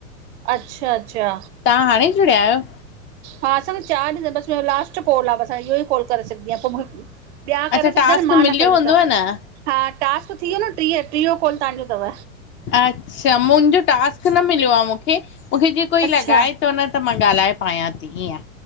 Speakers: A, on the right; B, on the left.
A: अच्छा अच्छा
B: तां हाणे जुड़िया आयो?
A: हा असां चार बस लास्ट कॉल आ बस इहो ई कॉल करे सघदी आहियां पोए मुं ॿिया
B: अच्छा
A: करे सघंदा
B: टास्क
A: आहीन मां
B: मिलियो
A: न करे
B: हूंदव
A: सघंदम
B: न
A: हा टास्क थी वियो न टीह, टीहो कॉल तांजो थव।
B: अच्छा मुंहिंजो टास्क न मिलियो आ मूंखे, मूंखे जिय कोई
A: अच्छा
B: लॻाए थो न त मा ॻालाए पायां थी हीअं